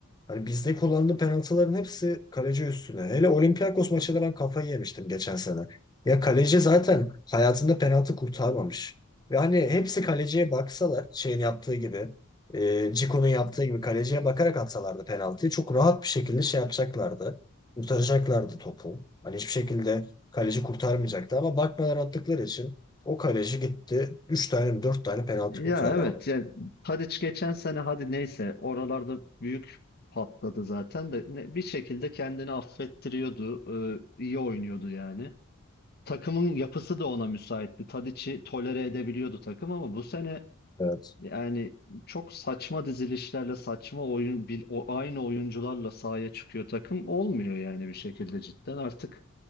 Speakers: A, on the left (about 20°); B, on the left (about 45°).
A: Hani bizde kullanılan penaltıların hepsi kaleci üstüne. Hele Olympiakos maçında ben kafayı yemiştim geçen sene. Ya kaleci zaten hayatında penaltı kurtarmamış. Ve hani hepsi kaleciye baksalar şeyin yaptığı gibi, e, Cico'nun yaptığı gibi kaleciye bakarak atsalardı penaltıyı çok rahat bir şekilde şey yapacaklardı. Kurtaracaklardı topu. Hani hiçbir şekilde kaleci kurtarmayacaktı ama bakmadan attıkları için o kaleci gitti 3 tane mi 4 tane penaltı
B: ya
A: kurtardı
B: evet
A: ama.
B: yani Tadic geçen sene hadi neyse oralarda büyük patladı zaten de ne- bir şekilde kendini affettiriyordu. e, iyi oynuyordu yani. takımın yapısı da ona müsaitti. Tadiç'i tolere edebiliyordu takım ama bu sene
A: Evet.
B: yani çok saçma dizilişlerle saçma oyun bil- o aynı oyuncularla sahaya çıkıyor takım olmuyor yani bir şekilde cidden artık